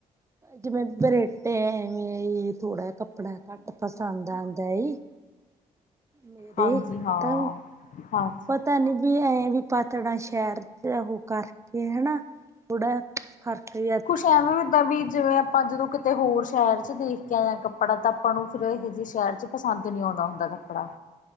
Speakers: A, on the right; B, on the left.
A: ਜਿਵੇਂ ਬਰੇਟੇ ਐਵੇਂ ਥੋੜਾ ਜ ਕੱਪੜਾ ਘੱਟ ਪਸੰਦ ਆਉਂਦਾ ਈ ਮੇਰੇ
B: ਹਾਂਜੀ ਹਾਂ
A: ਪਤਾ
B: ਹਾਂਜੀ
A: ਪਤਾ ਨੀ ਵੀ ਐਂ ਵੀ ਪਾਤੜਾ ਸ਼ਹਿਰ ਚ ਉਹ ਕਰਕੇ ਹਨਾ ਥੋੜਾ ਫਰਕ ਹੇ
B: ਕੁਛ ਐਵੇ ਵੀ ਉੱਦਾਂ ਵੀ ਜਿਵੇਂ ਆਪਾ ਆਪਾਂ ਜਦੋਂ ਕਿਤੇ ਹੋਰ ਸ਼ਹਿਰ ਚ ਦੇਖ ਕੇ ਆ ਕੱਪੜਾ ਤਾਂ ਆਪਾਂ ਨੂੰ ਫਿਰ ਇਹੋ ਜਿਹੇ ਸ਼ਹਿਰ ਚ ਪਸੰਦ ਨਹੀਂ ਆਉਦਾ ਹੁੰਦਾ ਕੱਪੜਾ